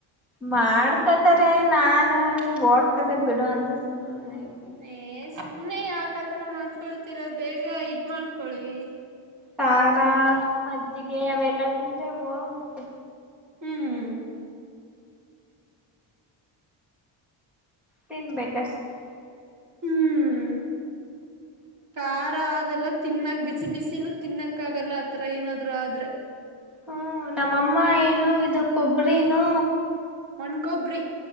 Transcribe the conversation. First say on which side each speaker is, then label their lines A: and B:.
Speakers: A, in the centre; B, on the right.
A: ಮಾಡ್ಕೊತಾರೆ ನಾನು ಹೋಗ್ತದೆ ಬಿಡು ಅಂತ ಸುಮ್ಮನೆ ಇದೆ.
B: ಏ ಸುಮ್ನೆ ಯಾಕ ಆತರ ಮಾಡ್ಕೊಳ್ತೀರಾ ಬೇಗ ಇದ್ ಮಾಡ್ಕೊಳ್ಳಿ.
A: ಖಾರ ಮಜ್ಜಿಗೆ ಅವೆಲ್ಲ ತಿಂದ್ರೆ ಹೋಗುತ್ತೆ
B: ಹ್ಮ್
A: ತಿನ್ಬೇಕಷ್ಟ
B: ಹ್ಮ್ ಖಾರ ಅದೆಲ್ಲ ತಿನ್ನಕ್ ಬಿಸಿ ಬಿಸಿನೂ ತಿನ್ನಕ್ ಆಗಲ್ಲ ಆತರ ಏನಾದ್ರು ಆದ್ರೆ
A: ಹ್ಮ್ ನಮ್ಮಮ್ಮ ಏನು ಇದು ಕೊಬ್ಬರಿನುೂ
B: ಒಣ್ಕೊಬ್ರಿ